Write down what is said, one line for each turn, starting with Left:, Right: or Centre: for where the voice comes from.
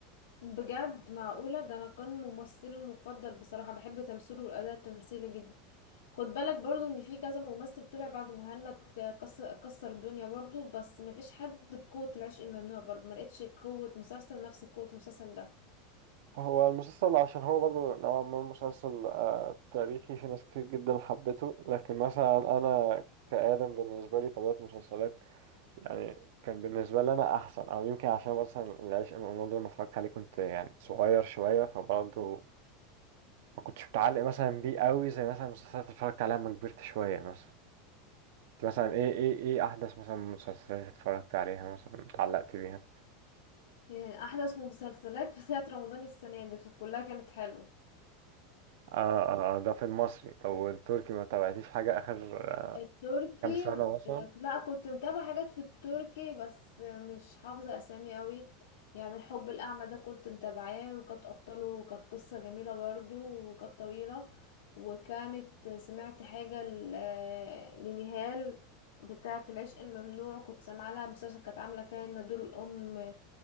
Left: بجد معقولة ده انا كان ممثلي المفضل بصراحة بحب تمثيله والاداء التمثيلي جدا خد بالك برضو ان في كذا ممثل طلع بعد مهند كسر كسر الدنيا برضو بس مفيش حد بقوة العشق الممنوع برضو ما لقيتش قوة مسلسل نفس قوة المسلسل ده
Right: هو المسلسل عشان هو برضو نوعا ما مسلسل آه، تاريخي في ناس كتير جدا حبته لكن مثلا انا كآدم بالنسبة لي طبيعة المسلسلات يعني كان بالنسبة لي انا احسن او يمكن عشان مثلا العشق الممنوع ده لما اتفرجت عليه كنت يعني صغير شوية فبرضو ما كنتش متعلق مثلا بيه قوي زي مثلا المسلسلات اللي اتفرجت عليها لما كبرت شوية مثلا أنت مثلا ايه ايه ايه احدث مثلا مسلسلات اتفرجت عليها مثلا اتعلقت بيها
Left: يعني احدث مسلسلات بتاعت رمضان السنة دي كلها كانت حلوة
Right: اه اه آه، ده في المصري طب والتركي ما تابعتيش حاجة اخر
Left: التركي
Right: كام سنة
Left: آه،
Right: مثلا
Left: لا كنت متابعة حاجات في التركي بس آه، مش حافظة أسامي قوي يعني الحب الأعمى ده كنت متابعاه وكانت أبطاله وكانت قصة جميلة برضو وكانت طويلة وكانت سمعت حاجة ل- آه، لنهال بتاعة العشق الممنوع كنت سامعة لها مسلسل كانت عاملة فيها إن دور الأم